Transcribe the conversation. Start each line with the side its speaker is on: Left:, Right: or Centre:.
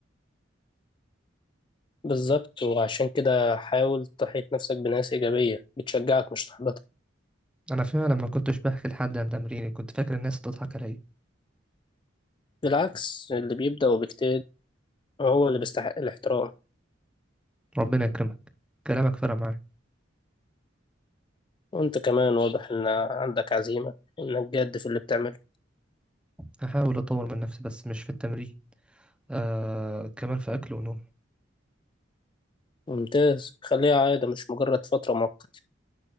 Left: بالظبط وعشان كده حاول تحيط نفسك بناس إيجابية بتشجعك مش تحبطك
Centre: انا فعلا ما كنتش بحكي لحد عن تمريني كنت فاكر الناس هتضحك عليا
Left: بالعكس اللي بيبدأ وبيجتهد هو اللي بيستحق الاحترام
Centre: ربنا يكرمك كلامك فرق معايا
Left: وانت كمان واضح ان عندك عزيمة وانك جاد في اللي بتعمله
Centre: هحاول اطور من نفسي بس مش في التمرين آه كمان في اكل ونوم
Left: ممتاز خليها عادة مش مجرد فترة مؤقتة